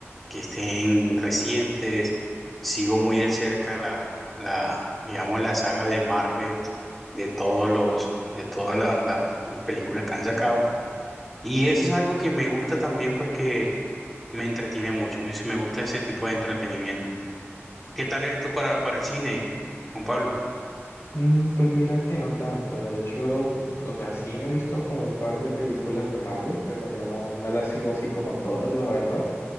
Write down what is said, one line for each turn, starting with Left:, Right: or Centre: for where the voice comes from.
Centre: que estén recientes. Sigo muy de cerca la, la, digamos, la saga de Marvel, de todos los, de todas la- la- las películas que han sacado. Y eso es algo que me gusta también porque me entretiene mucho. y Me gusta ese tipo de entretenimiento. ¿Qué tal eres tú para, para el cine, Juan Pablo?
Left: Mm, pues mira que no tanto, de hecho, o sea, sí me he visto como un par de películas de Marvel, pero no, no las sigo así como todas, la verdad.